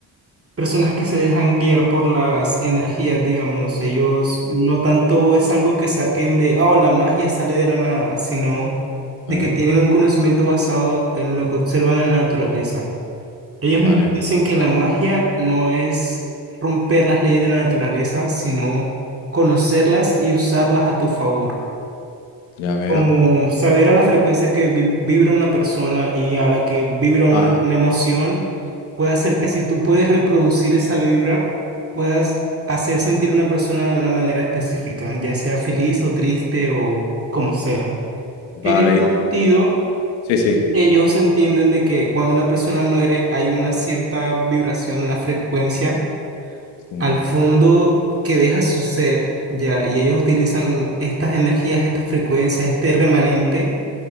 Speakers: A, on the right; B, on the left.
A: personas que se dejan guiar por las energías, digamos. Ellos no tanto es algo que saquen de, oh, la magia sale de la nada, sino de
B: vale,
A: que tienen un conocimiento basado en lo que observan en la naturaleza. Ellos
B: vale,
A: mismos dicen que la magia no es romper las leyes de la naturaleza, sino conocerlas y usarlas a tu favor.
B: ya veo.
A: Como saber a la frecuencia que vi- vibra una persona y a la que vibra una,
B: Ah,
A: una emoción puede hacer que si tú puedes reproducir esa vibra, puedas hacer sentir a una persona de una manera específica, ya sea feliz o triste o como sea.
B: vale,
A: En ese
B: y-
A: sentido,
B: sí, sí,
A: ellos entienden de que cuando una persona muere hay una cierta vibración, una frecuencia
B: sí,
A: al fondo que deja su ser, ya, y ellos utilizan estas energías, estas frecuencias, este remanente